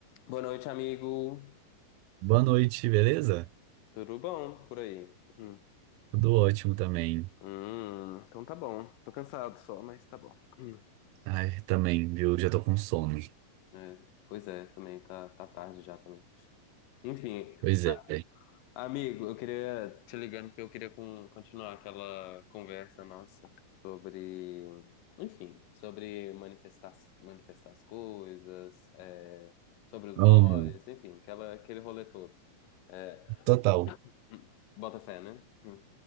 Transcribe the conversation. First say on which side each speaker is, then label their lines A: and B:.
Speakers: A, on the left (about 80°); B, on the right (about 90°).
A: Boa noite, amigo.
B: Boa noite, beleza?
A: Tudo bom por aí? Hum.
B: Tudo ótimo também.
A: Hum, então tá bom. Tô cansado só, mas tá bom. Hum.
B: Ai, também, viu? Já tô com sono.
A: É, pois é, também tá, tá tarde já também. Enfim,
B: Pois
A: a-
B: é.
A: amigo, eu queria te ligando porque eu queria com- continuar aquela conversa nossa sobre, enfim, sobre manifestar, manifestar as coisas, é, sobre os
B: Amo.
A: boys, enfim, aquela, aquele rolê todo. É,
B: Total.
A: <coughs> bota fé, né? Hum.